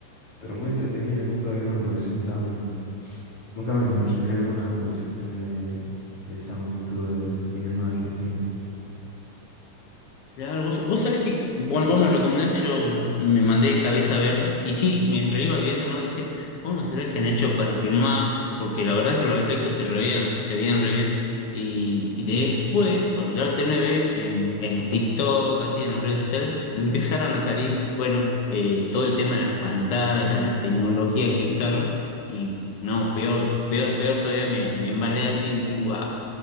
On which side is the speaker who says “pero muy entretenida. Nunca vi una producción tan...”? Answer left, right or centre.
Left